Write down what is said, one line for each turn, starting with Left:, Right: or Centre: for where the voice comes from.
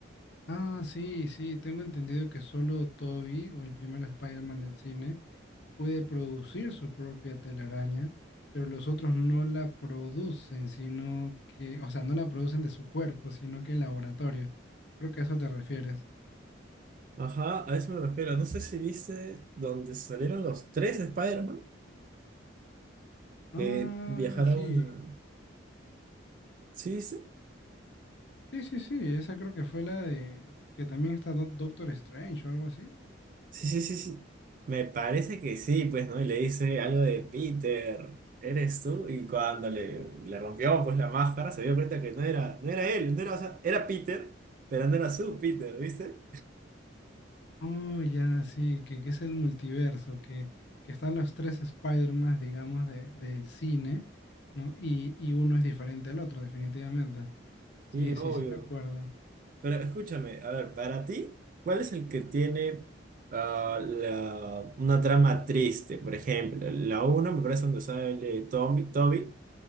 Left: Ah, sí, sí, tengo entendido que solo Toby o el primer Spider-Man del cine puede producir su propia telaraña, pero los otros no la producen, sino que, o sea, no la producen de su cuerpo, sino que en laboratorio. Creo que a eso te refieres.
Right: Ajá, a eso me refiero. No sé si viste donde salieron los tres Spider-Man
Left: Ah,
Right: que viajaron.
Left: sí.
Right: Sí, sí,
Left: Sí, sí, sí, esa creo que fue la de que también está Doc- Doctor Strange o algo así.
Right: sí, sí, sí, sí. Me parece que sí, pues, ¿no? Y le dice algo de Peter, ¿eres tú? Y cuando le, le rompió, pues, la máscara, se dio cuenta que no era, no era él, no era, o sea, era Peter, pero no era su Peter, ¿viste?
Left: Oh, ya, sí, que, que es el multiverso, que, que están los tres Spider-Man, digamos, de, del cine, ¿no? Y, y uno es diferente al otro, definitivamente. Sí,
Right: Y
Left: sí,
Right: obvio.
Left: sí, me acuerdo.
Right: Pero escúchame, a ver, para ti, ¿cuál es el que tiene ah, la, una trama triste? Por ejemplo, la uno me parece donde sale Tommy, Toby.